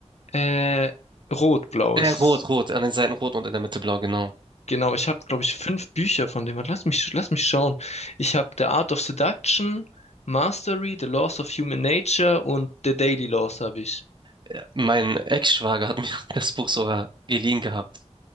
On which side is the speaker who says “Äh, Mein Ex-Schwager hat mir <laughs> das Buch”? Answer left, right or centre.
Right